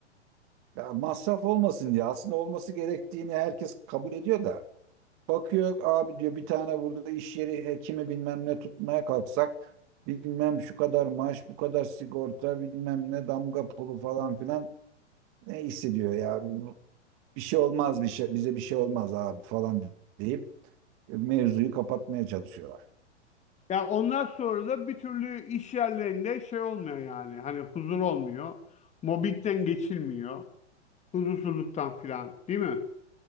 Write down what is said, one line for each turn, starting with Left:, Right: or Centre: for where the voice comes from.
Right: Ya masraf olmasın diye aslında olması gerektiğini herkes kabul ediyor da. Bakıyor abi diyor bir tane burada iş yeri hekimi bilmem ne tutmaya kalksak bilmem şu kadar maaş bu kadar sigorta bilmem ne damga pulu falan filan ne hissediyor ya bir şey olmaz bir şey bize bir şey olmaz abi falan deyip mevzuyu kapatmaya çalışıyorlar.
Left: Ya ondan sonra da bir türlü iş yerlerinde şey olmuyor yani. Hani huzur olmuyor. Mobbingden geçilmiyor. Huzursuzluktan filan, değil mi?